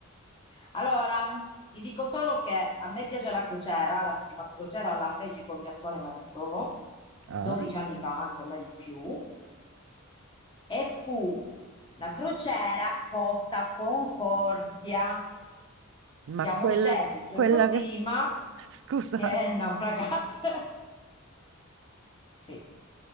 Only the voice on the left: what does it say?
Allora, ti dico solo che a me piace la crociera, la prima crociera la feci col mio attuale marito
12 anni fa, anzi ormai di più, e fu la crociera Costa Concordia.
Siamo
scesi il giorno
prima
che naufragasse. Sì,